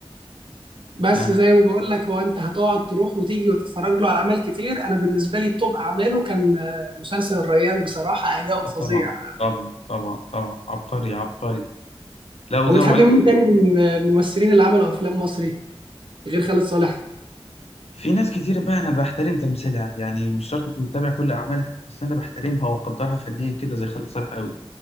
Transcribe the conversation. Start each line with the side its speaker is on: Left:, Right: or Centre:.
Right: بس
Left: يعني
Right: زي ما بقول لك هو انت هتقعد تروح وتيجي وتتفرج له على اعمال كتير انا بالنسبه لي توب اعماله كان آه، مسلسل الريان بصراحه اداؤه
Left: اه
Right: فظيع
Left: طبعا طبعا طبعا طبعا عبقري عبقري لا وزي
Right: وبتحب
Left: ما بقول
Right: مين
Left: لك
Right: تاني من الممثلين اللي عملوا افلام مصري غير خالد صالح
Left: في ناس كتير بقى انا بحترم تمثيلها يعني مش شرط اكون متابع كل اعمالها بس انا بحترمها واقدرها فنيا كده زي خالد صالح قوي